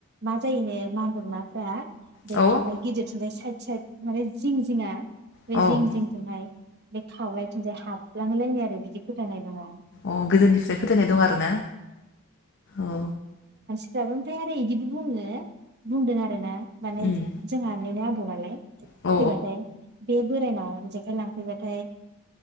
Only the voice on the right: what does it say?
मा जायोनो मागुर नाफ्रा बे
खावलनाय गिदिरथिंजाय साइद साइद माने जिं जिं जिङा बे
जिं जिं जोंहाय बे खावलायथिंजाय हाबलांलायनाय आरो बिदि फोथायनाय दङा
थाय आरो बिदिबो बुङो बुंदों आरोना माने
जोंहा निनो बुङो नालाय
फैबाथाय बे बोरायनाव जेखाय लांफैबाथाय